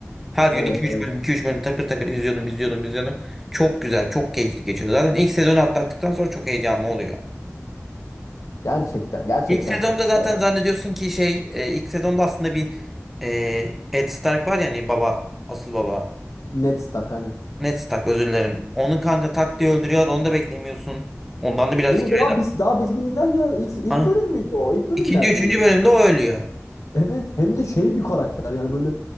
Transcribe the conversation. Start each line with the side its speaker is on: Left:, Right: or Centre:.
Centre: Her gün
Left: Evet
Centre: 2-3
Left: evet.
Centre: bölüm 2-3 bölüm takır takır izliyordum izliyordum izliyordum. Çok güzel çok keyifli geçiyor. Zaten ilk sezonu atlattıktan sonra çok heyecanlı oluyor.
Left: Gerçekten gerçekten
Centre: İlk sezonda
Left: çok güzel.
Centre: zaten zannediyorsun ki şey e, ilk sezonda aslında bir e, Ed Stark var ya hani baba asıl baba.
Left: Ned Stark aynen.
Centre: Ned tak özür dilerim. Onu kanka tak diye öldürüyor. Onu da beklemiyorsun. Ondan da biraz
Left: Değil mi?
Centre: hikaye.
Left: Daha biz daha bismillah ya ilk ilk
Centre: Ay,
Left: bölüm müydü o? İlk bölümlerde
Centre: İkinci, üçüncü
Left: oluyor.
Centre: bölümde o ölüyor.
Left: Evet hem de şey bir karakter yani böyle